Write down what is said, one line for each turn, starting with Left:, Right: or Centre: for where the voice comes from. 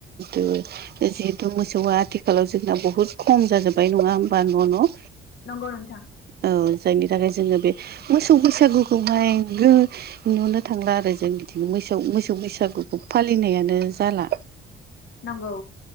Right: <unintelligible> जिहेतु मोसौआ आथिखालाव जोंना बहुद खम जाजोब्बाय नङा होमबा न' न'।
Left: नंगौ नोंथां
Right: औ जायनि थाखाय जोङो बे मोसौ बैसागुखौहाय गो नुनो थांला आरो जोंनिथिं मोसौ मोसौ बैसागुखौ फालिनायानो जाला
Left: नंगौ